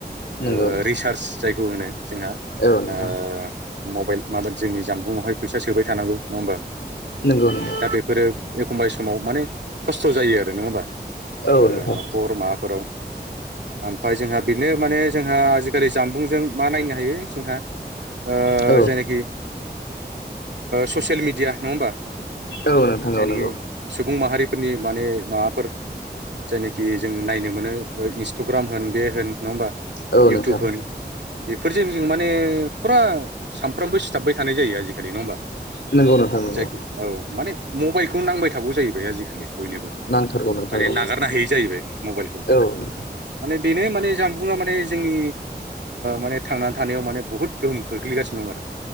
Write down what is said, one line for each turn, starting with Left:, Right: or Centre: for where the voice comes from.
Left: नंगौ
Right: ओ
Left: नोंथां
Right: रिसार्ज जायखौ होनो जोंहा
Left: औ नोंथां
Right: ओ मबाइल माबा जोंनि जानबुंआवहाय फैसा सोबाय थानांगौ नङा होमबा
Left: नंगौ नंगौ
Right: दा बेफोरो एखमबा समाव माने खस्थ' जायो आरो नङा होमबा
Left: औ
Right: ओ
Left: नोंथां
Right: न'खर माबाफोराव ओमफ्राय जोंहा बिनो माने जोंहा आजिखालि जामबुंजों मा नायनो हायो जोंहा ओ
Left: औ
Right: जायनाखि ससियेल मिडिया नङा होमबा
Left: औ नोंथां
Right: जायनाखि
Left: औ नंगौ
Right: सुबुं माहारिफोरनि माने माबाफोर जेने खि जों नायनो मोनो इन्सटग्राम होन बे होन नङा होमबा
Left: औ
Right: इउटुब
Left: नोंथां
Right: होन बेफोरजों जों माने फुरा सानफ्रामबो सिथाबबाय थानाय जायो आजिखालि नङा होमबा
Left: नंगौ नोंथां नंगौ
Right: जायखौ औ माने मबाइलखौ नांबाय थाबौ जाहैबाय आजिखालि बयनोबो
Left: नांथारगौ नोंथां
Right: माने
Left: औ
Right: नागारनो हायि जाहैबाय मबाइलखौ
Left: औ नोंथां
Right: बेनो माने जानबुङा माने जोंनि माने थांनानै थानायाव माने बुहुत गोहोम खोख्लैगासिनो दं आरो